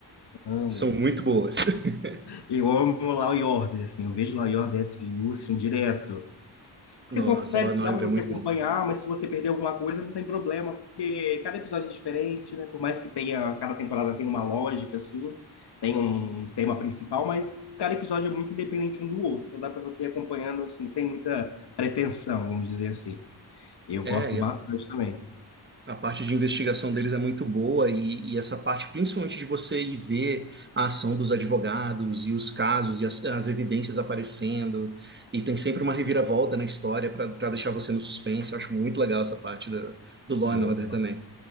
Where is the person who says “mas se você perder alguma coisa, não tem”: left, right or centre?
Left